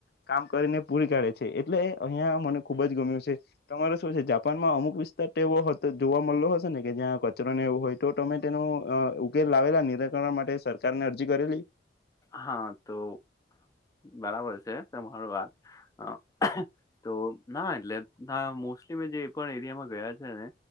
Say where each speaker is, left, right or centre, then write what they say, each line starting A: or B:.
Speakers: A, on the left; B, on the left.
A: કામ કરીને પૂરી કાઢે છે એટલે અહિયાં મને ખુબ જ ગમ્યું છે તમારે શું છે જાપાન તપાનમાં અમુક વિસ્તાર એવો જોવા મળલો હશે ને કે જ્યાં કચરોને એવું હોય તો તમે તેનું ઉકેલ લાવેલા નિરાકરણ માટે સરકાર ને અરજી કરેલી
B: હા તો બરાબર છે તમરો વાત હ તો ના એટલે ના મોસ્ટલી મેં જે પણ એરિયામાં ગયા છે ને